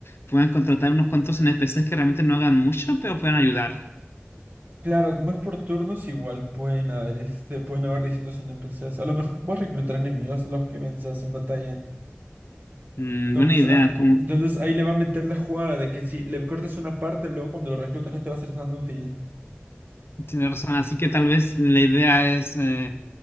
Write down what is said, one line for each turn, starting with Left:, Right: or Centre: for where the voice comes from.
Left: puedan contratar unos cuantos NPCs que realmente no hagan mucho, pero puedan ayudar.
Right: Claro, como es por turnos, igual pueden haber este, pueden haber distintos NPCs. A lo mejor puedes reclutar enemigos a los que venzas en batalla.
Left: Mm,
Right: Entonces,
Left: buena idea,
Right: ah,
Left: como
Right: entonces ahí le va a meter la jugada de que si le cortas una parte, luego cuando lo reclutas no te va a ser tan útil.
Left: tiene razón. Así que tal vez la idea es eh,